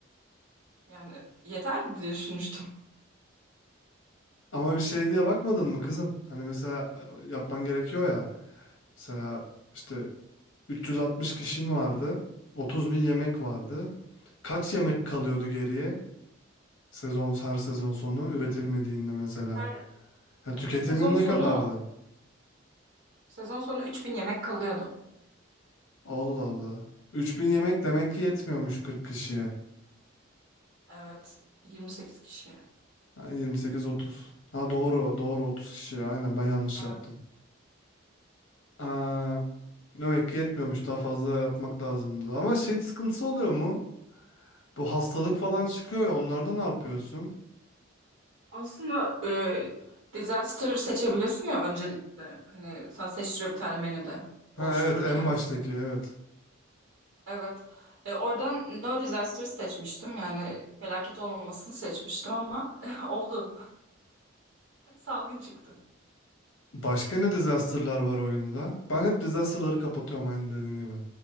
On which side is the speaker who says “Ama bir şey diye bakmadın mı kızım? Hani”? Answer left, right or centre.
Left